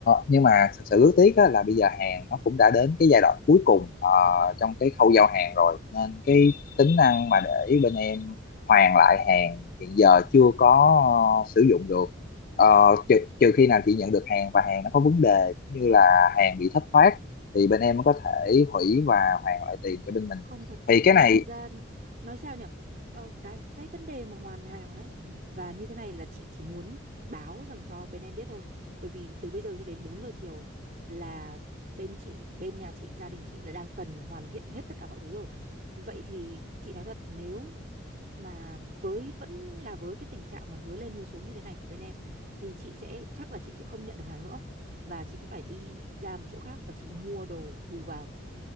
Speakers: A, on the left (about 45°); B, on the right (about 45°).
A: nhưng mà thật sự rất tiếc á, là bây giờ hàng nó cũng đã đến cái giai đoạn cuối cùng ờ, trong cái khâu giao hàng rồi nên cái tính năng mà để bên em hoàn lại hàng hiện giờ chưa có ờ, sử dụng được Ờ, trừ, trừ khi nào chị nhận được hàng và hàng nó có vấn đề cũng như là hàng bị thất thoát thì bên em mới có thể hủy và hoàn lại tiền cho bên mình
B: không thật
A: thì cái
B: thật
A: này
B: thật ra nói sao nhỉ ờ, cái cái vấn đề mà hoàn hàng ấy và như thế này là chị chỉ muốn báo rằng cho bên em biết thôi bởi vì từ bây giờ cho đến 4 giờ chiều là bên chị bên nhà chị gia đình chị là đang cần hoàn thiện hết tất cả mọi thứ rồi vậy thì chị nói thật nếu mà với vẫn là với cái tình trạng mà hứa lên hứa xuống như thế này của bên em thì chị sẽ chắc là chị sẽ không nhận được hàng nữa và chị sẽ phải đi ra một chỗ khác và chị mua đồ bù vào